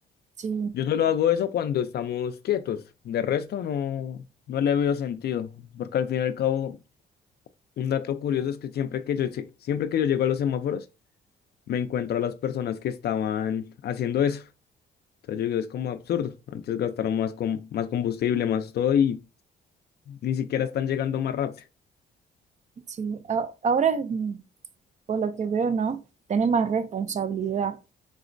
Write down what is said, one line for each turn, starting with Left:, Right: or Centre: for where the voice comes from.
Right: Sí,
Left: Yo solo hago eso cuando estamos quietos, de resto no, no le veo sentido, porque al fin y al cabo, un dato curioso es que siempre que yo, se- siempre que yo llego a los semáforos, me encuentro a las personas que estaban haciendo eso. Entonces yo digo, es como absurdo, antes gastaron más, com- más combustible, más todo y ni siquiera están llegando más rápido.
Right: sí. A- ahora, mm, por lo que veo, ¿no? Tenés más responsabilidad.